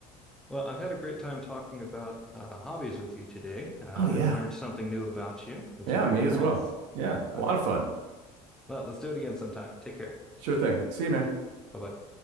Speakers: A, in the centre; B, on the right (about 90°).
A: Well, I've had a great time talking about uh, hobbies with you today. Uh,
B: Oh, yeah.
A: I've learned something new about you, which
B: Yeah,
A: is very
B: me as
A: nice.
B: well. Yeah,
A: Uh,
B: a lot of fun.
A: well, let's do it again sometime. Take care.
B: Sure thing. See you, man.
A: Bye bye.